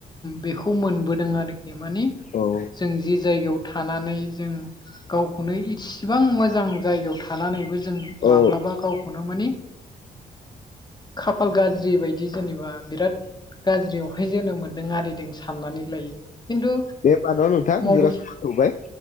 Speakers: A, on the left; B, on the left.
A: बेखौ मोनबोदों आरोखि माने
B: औ
A: जों जि जायगायाव थानानै जों गावखौनो इसिबां मोजां जायगायाव थानानैबो जों
B: औ
A: माब्लाबा गावखौनो मानिे खाफाल गाज्रि बायदि जेनेबा बिराद गाज्रियावहाय जोनोम मोन्दों आरिदों सामनानै लायो खिन्थु
B: बे बानाव नोंथां
A: मबाइल
B: जिरा समाय सौबाय